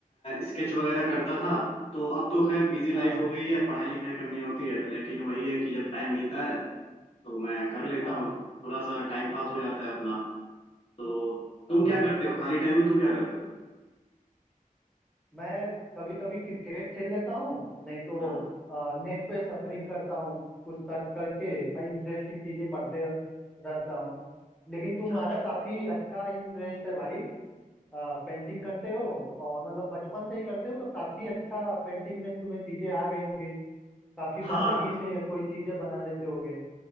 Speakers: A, on the left; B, in the centre.
A: स्केच वगैरह करता था तो अब तो खैर बिजी लाइफ
B: हाँ
A: हो गई है पढ़ाई लिखाई करनी होती है तो लेकिन वही है कि जब टाइम मिलता है तो मैं कर लेता
B: हाँ
A: हूँ थोड़ा सा टाइम पास हो जाता है अपना तो
B: हाँ
A: तुम क्या करते हो खाली टाइम में तुम क्या करते हो
B: मैं कभी कभी क्रिकेट खेल लेता हूँ नहीं तो
A: हम्म,
B: आ, नेट पे सफरिंग करता हूँ कुछ सर्च करके इंटरेस्टिंग चीजें पढ़ते रहता हूँ लेकिन तुम्हारा
A: अच्छा अच्छा
B: काफी अच्छा इंटरेस्ट है भाई आ, पेंटिंग करते हो और मतलब बचपन से ही करते हो तो काफी अच्छा पेंटिंग में तुम्हें चीजें आ गई होंगी काफी
A: हाँ
B: बारीकी से कोई चीजें बना लेते होगे